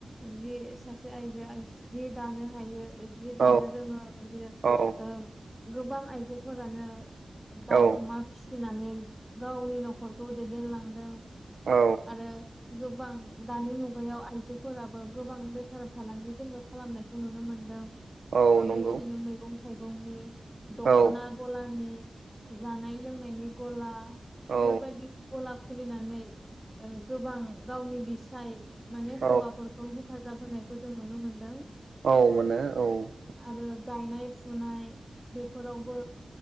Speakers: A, in the centre; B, on the right (about 85°).
A: जि सासे आइजोआ सि दानो हायो। जि दानो
B: औ
A: रोङो
B: औ
A: ओ, गोबां आइजोफोरानो दाउ
B: औ
A: अमा फिसिनानै गावनि न'खरखौ दैदेनलांदों।
B: औ
A: आरो गोबां दानि मुगायाव आइजोफोराबो गोबां बेफार- फालांगि जोङो खालामनायखौ नुनो मोनदों।
B: औ
A: ओ,
B: नंगौ
A: बेबायदिनो मैगं- थाइगंनि दख'ना
B: औ
A: गलानि, जानाय -लोंनायनि गला। बेफोरबायदि
B: औ
A: गला खुलिनानै गोबां गावनि बिसाय माने हौवाफोरखौ
B: औ
A: हेफाजाब होनायखौ जों नुनो मोनदों।
B: औ मोनो औ
A: आरो गायनाय -फुनाय बेफोरावबो